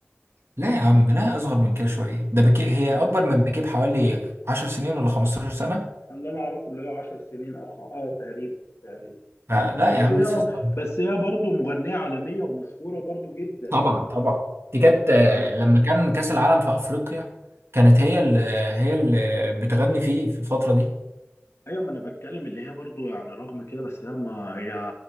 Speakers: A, on the right (about 65°); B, on the left (about 75°).
A: لا يا عم لا أصغر من كده شوية ده بكي هي
B: مم.
A: أكبر من بكي بحوالي 10 سنين ولا 15 سنة
B: اللي انا اعرفه اللي هو 10 سنين او خ- اه تقريبا تقريبا
A: فلا
B: بس
A: يا عم
B: هي
A: لسه صغير
B: بس هي برضو مغنية عالمية ومشهورة برضو جدا
A: طبعا طبعا دي كانت آه،
B: يعني
A: لما كان كأس العالم في أفريقيا كانت هي اللي هي اللي بتغني فيه في الفترة دي
B: ايوه ما انا بتكلم اللي هي برضو يعني رغم كده بس هي ما هي